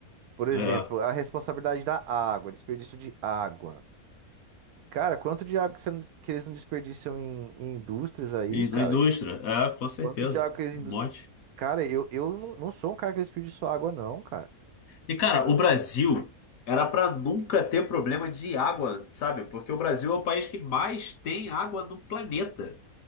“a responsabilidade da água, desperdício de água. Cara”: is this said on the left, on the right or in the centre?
Right